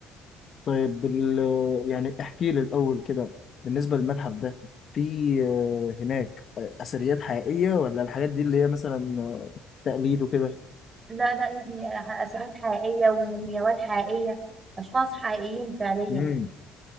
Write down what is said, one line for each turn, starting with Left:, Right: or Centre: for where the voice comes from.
Left: طيب بال... يعني احكي لي الأول كده بالنسبة للمتحف ده في آه، هناك آه، أثريات حقيقية ولا الحاجات دي اللي هي مثلا آه، تقليد وكده
Right: لا لا يا ابني اثارات حقيقية ومومياوات حقيقية اشخاص حقيقيين فعليا
Left: امم